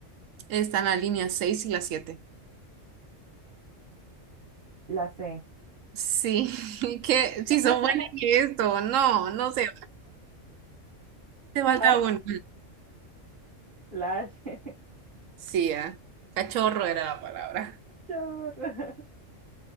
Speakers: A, on the right (about 80°); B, on the right (about 40°).
A: están la línea 6 y la 7.
B: La C.
A: Sí, <laughs> que
B: <laughs>
A: si son buenas en esto, no, no sé, te falta
B: Ah,
A: una.
B: La H. <laughs>
A: Sí, ah, Cachorro era la palabra.
B: Chorro.